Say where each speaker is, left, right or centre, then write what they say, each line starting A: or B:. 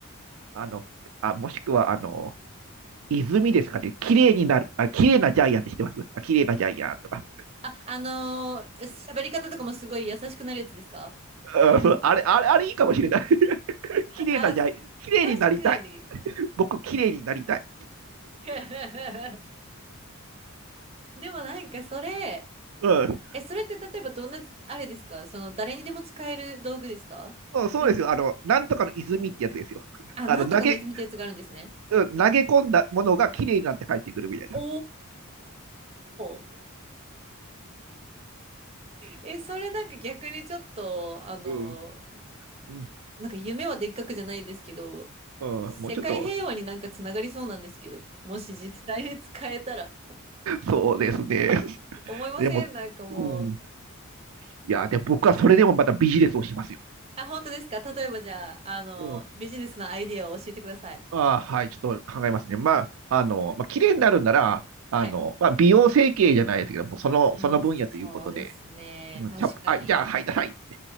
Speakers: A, on the right (about 70°); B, on the right (about 25°).
A: あの、あ、もしくは、あの、泉ですかね。綺麗になる、あ、綺麗なジャイアンって知ってますあ、綺麗なジャイアンとか。
B: あ、あのー喋り方とかもすごい優しくなるやつですか
A: うん、
B: 違います
A: そう、あれ、あれ、あれいいかもしれない。<laughs> 綺麗なジャイ、
B: あ、す確かに。
A: 綺麗になりたい。僕、綺麗になりたい。
B: <laughs> でもなんかそれ、
A: うん
B: え、それって例えばどんな、あれですかその誰にでも使える道具ですかそれ
A: そうそうですよ。あの、なんとかの泉ってやつですよ。<laughs>
B: あ、
A: あの、
B: なんとかの泉ってやつがあるんですね。
A: 投げ、うん、投げ込んだものが綺麗になって帰ってくるみたいな。
B: おー。え、それなんか逆にちょっと、あの、
A: うん。うん、
B: なんか夢はでっかくじゃないですけど、
A: うんもうちょっと、
B: 世界平和になんかつながりそうなんですけど、もし実際に使えたら。
A: そうですね。<laughs>
B: 思いませんなんかもう。
A: でも、うん。いや、で、僕はそれでもまたビジネスをしますよ。
B: あ、本当ですか例えばじゃあ、あの、
A: うん。
B: ビジネスのアイディアを教えてください。
A: ああ、はい、ちょっと考えますね。まあ、あの、まあ、綺麗になるんなら、あの、
B: はい。
A: まあ、美容整形じゃないですけども、その、
B: うん、
A: その分野ということで、
B: そうですね。
A: うん、
B: 確かに。
A: ちゃあ、じゃあ、はい、なさい。